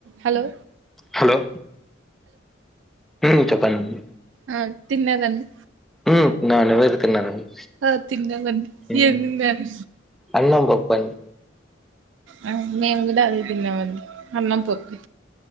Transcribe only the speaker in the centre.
hello హ్మ్ చెప్పడండి
మ్ నాన్ వెజ్ తిన్నానండి
మ్
అన్నం పప్పన్